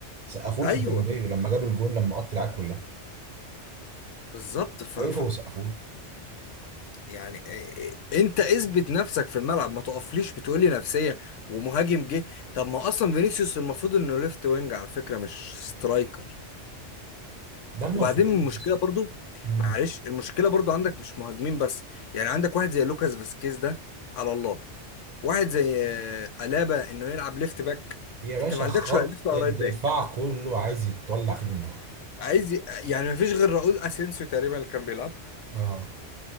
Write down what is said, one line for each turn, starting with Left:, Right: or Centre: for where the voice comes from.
Right: سقفوا
Left: ايوه
Right: له في البرنابيو لما جاب الجون لما قط العاب كلها
Left: بالظبط ف...
Right: وقفوا
Left: ف...
Right: وسقفوا له
Left: يعني آه، آه، انت اثبت نفسك في الملعب ما تقفليش بتقولي نفسية ومهاجم جه طب ما اصلا فينيسيوس المفروض انه ليفت وينج على فكرة مش سترايكر
Right: ده المفروض
Left: وبعدين المشكلة
Right: بس
Left: برضو
Right: امم
Left: معلش المشكلة برضو عندك مش مهاجمين بس يعني عندك واحد زي لوكاس فاسكيز ده على الله واحد زي آه، ألابا انه يلعب ليفت باك
Right: يا باشا
Left: انت ما عندكش
Right: خط
Left: ولا ليفت ولا
Right: الدفاع
Left: رايت باك
Right: كله عايز يتولع فيه بالنار
Left: عايز ي... يعني ما فيش غير راؤول اسينسيو تقريبا اللي كان بيلعب
Right: اه